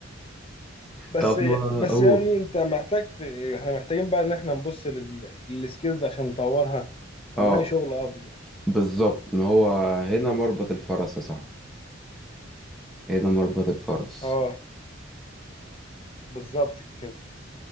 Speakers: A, on the left (about 30°); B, in the centre.
A: بس
B: طب ما
A: بس
B: أقول
A: يعني انت محتاج ت- احنا محتاجين بقى ان احنا نبص لل- للسكيلز عشان نطورها
B: أه
A: هنلاقي شغل افضل
B: بالظبط ما هو هنا مربط الفرس يا صاحبي هنا مربط الفرس
A: اه بالظبط كده